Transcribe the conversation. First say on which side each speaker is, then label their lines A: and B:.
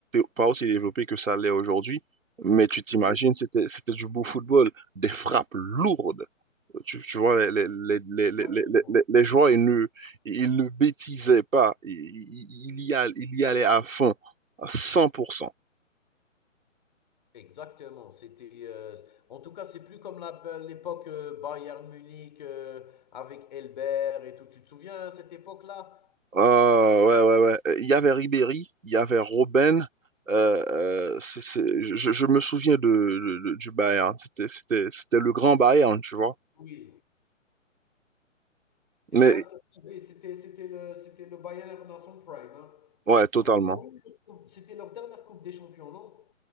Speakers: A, on the right (about 80°); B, on the left (about 35°).
A: pas aussi développé que ça l'est aujourd'hui. Mais tu t'imagines,
B: Oui,
A: c'était, c'était du beau football, des frappes lourdes. Tu, tu vois, les, les, les,
B: exactement.
A: les, les, les- les- les joueurs, ils ne, ils ne bêtisaient pas. Ils, ils- ils y all- ils y allaient à fond, à cent pour cent
B: Exactement, c'était euh, en tout cas, c'est plus comme la- l'époque euh, Bayern Munich euh, avec Elbert et tout. Tu te souviens hein, cette époque-là?
A: Euh, ouais, ouais, ouais. Euh, Il y avait Ribéry, il y avait Robben. euh, euh, c'est- c'est- je, je me souviens de, de- de- du Bayern. C'était, c'était, c'était le grand Bayern, tu vois.
B: Oui, exactement.
A: Mais
B: Oui, c'était c'était le c'était le Bayern dans son prime. hein.
A: ouais, totalement.
B: Je crois qu'ils ont eu une autre coupe. C'était leur dernière Coupe des Champions, non?